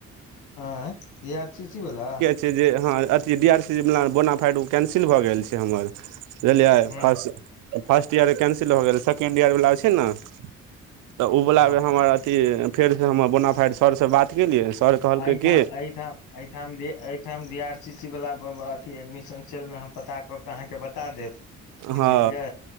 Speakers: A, on the left (about 85°); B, on the right (about 85°).
A: एं ए आर सी सी वला
B: से जे हाँ अथी डी आर सी वाला बोना फाइट ओ कैंसिल भऽ गेल छै हमर बुझलिये
A: हूँ
B: फस फर्स्ट ईयर कैंसिल भऽ गेलै सेकेण्ड ईयर वला छै न तऽ उ वला
A: हँ
B: मे हमर अथी फेर जे हमर बोना फाइट सर से बात केलियै सर कहलकै
A: अहिठाम
B: कि
A: अहिठाम अहिठाम ए एहिठाम डी आर सी सी वला ब ब अथी एडमिशन चेलने हम पता कऽ के अहाँके बता देब बुइझ
B: हँ
A: गेलियै